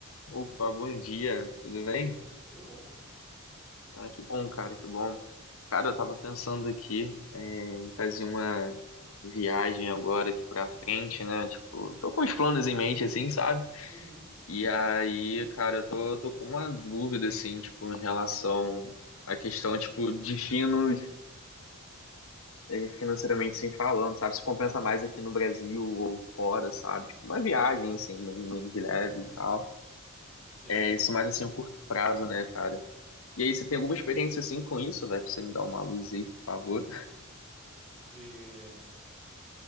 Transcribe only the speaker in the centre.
Bom
dia. Tudo bom, mano?
Uhum.
Uhum.
Sim.
De